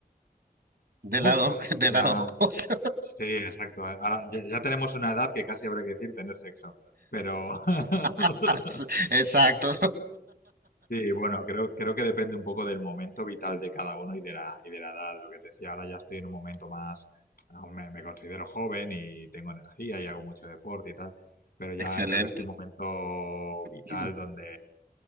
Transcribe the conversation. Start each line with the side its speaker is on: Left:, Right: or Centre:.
Right: De
Left: Buf,
Right: las dos, <laughs> de
Left: ya.
Right: las dos cosas.
Left: Sí, exacto. eh, Ahora ya, ya tenemos una edad que casi habría que decir tener sexo. Pero. <laughs>
Right: <laughs> Exacto,
Left: Sí, bueno, creo, creo que depende un poco del momento vital de cada uno y de la, y de la edad. Lo que te decía, ahora ya estoy en un momento más, aún me, me considero joven y tengo energía y hago mucho deporte y tal, pero ya
Right: excelente.
Left: creo que estoy en un momento
Right: <clears throat>
Left: vital donde,